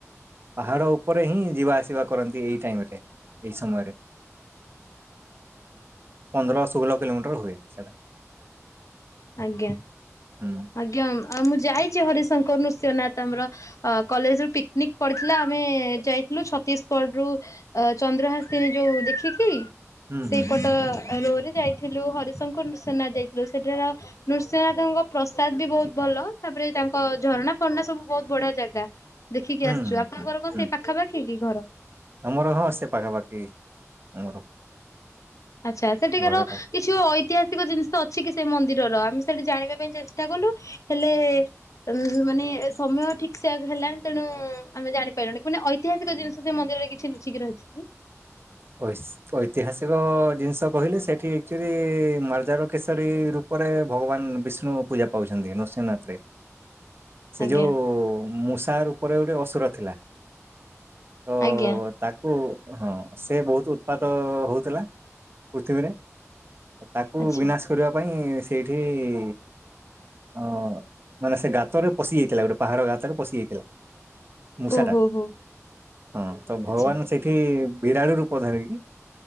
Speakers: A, on the right (about 45°); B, on the left (about 75°).
A: ପାହାଡ଼ ଉପ ଉପରେ ହିଁ ଯିବା ଆସିବା କରନ୍ତି ଏଇ ଟାଇମ ରେ ଏଇ ସମୟରେ ପନ୍ଦର ଷୋହଳ କିଲୋମିଟର ହୁଏ ସେଟା।
B: ଆଜ୍ଞା
A: ହୁଁ
B: ଆଜ୍ଞା ଆଜ୍ଞ ଆଉ ମୁଁ ଯାଇଛି ହରିଶଙ୍କରୁ ନୃସିଂହନାଥ ଆମର କଲେଜ ରୁ ପିକନିକ ପଡିଥିଲା ଆମେ ଯାଇଥିଲୁ ଛତିଶଗଡ ରୁ ଚନ୍ଦ୍ରହାଶିଣୀ ଯୋଉ ଦେଖିକି
A: ହୁଁ
B: ସେଇ
A: ହୁଁ
B: ପଟ
A: ହୁଁ
B: ରୋଡରେ ଯାଇଥିଲୁ ହରିଶଙ୍କର ନୃସିଂହନାଥ ଯାଇଥିଲୁ ସେଠାର ନୃସିଂହନାଥଙ୍କ ପ୍ରସାଦ ବି ବହୁତ ଭଲ ତାପରେ ତାଙ୍କ ଝରଣା ଫରଣା ସବୁ ବହୁତ ବଢିଆ ଜାଗା ଦେଖିକି
A: ହୁଁ
B: ଆସିୁଛୁ
A: ହୁଁ
B: ଆପଣଙ୍କର
A: ହୁଁ
B: କଣ
A: ହୁଁ
B: ସେଇ ପାଖାପାଖି କି? ଘର
A: ଆମର ହ ସେ ପାଖାପାଖି ଆମର
B: ଆଚ୍ଛା ସେଠିକାର
A: ଘରଟା
B: କିଛି। ଐତିହାସିକ ଜିନିଷ ଅଛି କି ସେ ମନ୍ଦିର ତ ଆମେ ସେଠି ଜାଣିବା ପାଇଁ ଚେଷ୍ଟା କଲୁ ହେଲେ ଉଁ ହୁଁ, ମାନେ ସମୟ ଠିକ ସେଆକ ହେଲାନି। ତେଣୁ ଆମେ ଜାଣିପାରିଲୁନି ମାନେ ଐତିହାସିକ ଜିନି ଷ ସେ ମନ୍ଦିରରେ କିଛି ଲୁଚିକି ରହିଛି କି?
A: ଅଇସ୍ ଐତିହାସିକ ଜିନିଷ କହିଲେ, ସେଠି ଆକ୍ଚୁଆଲି ମାର୍ଜାର କେଶରୀ ରୂପରେ ଭଗବାନ ବିଷ୍ଣୁ ପୂଜା ପାଉଚନ୍ତି, ନୃସିଂହନାଥରେ। ସେ
B: ଆଜ୍ଞା
A: ଯୋଉ ମୁସ୍ ତାର ଉପରେ ଗୋଟିଏ ଅସୁର ଥିଲା। ତ
B: ଆଜ୍ଞା
A: ତାକୁ ହଁ। ସେ ବହୁତ ଉତ୍ପାତ ହଉଥିଲା, ପୃଥିବୀରେ। ତାକୁ
B: ଆଚ୍ଛା
A: ବିନାଶ କରିବା ପାଇଁ ସେଇଠି ଇ ଅ ମାନେ ସେ ଗାତରେ ପ ପଶି ଯାଇଥିଲା ଗୋଟେ ପାହାଡ ଗାତରେ ପଶି ଯାଇଥିଲା। ମୂଷାଟା
B: ଓହୋ ହୋ
A: ହଁ ତ ଭଗବାନ
B: ଆଚ୍ଛା
A: ସେଇଠି ତାରି ରୂପ ଧାରିକି